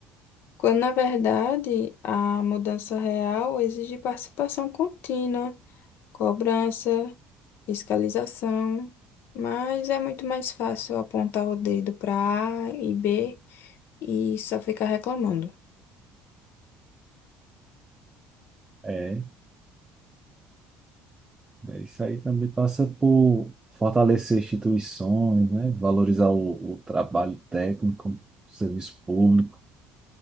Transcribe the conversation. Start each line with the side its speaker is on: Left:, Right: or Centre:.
Left: Quando, na verdade, a mudança real exige participação contínua, cobrança, fiscalização, mas é muito mais fácil apontar o dedo para A e B e só ficar reclamando.
Right: é. É, Isso aí também passa por fortalecer instituições, né? Valorizar o, o trabalho técnico, o serviço público.